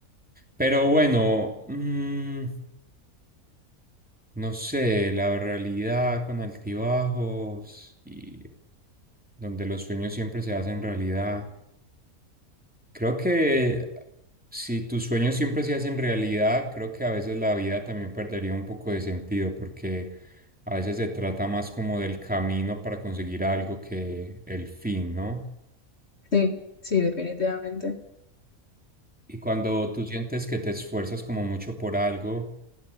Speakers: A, in the centre; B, on the left (about 50°).
A: Pero bueno, mm, no sé, la realidad con altibajos y donde los sueños siempre se hacen realidad. Creo que si tus sueños siempre se hacen realidad, creo que a veces la vida también perdería un poco de sentido porque a veces se trata más como del camino para conseguir algo que el fin, ¿no?
B: Sí, sí, definitivamente.
A: Y cuando tú sientes que te esfuerzas como mucho por algo,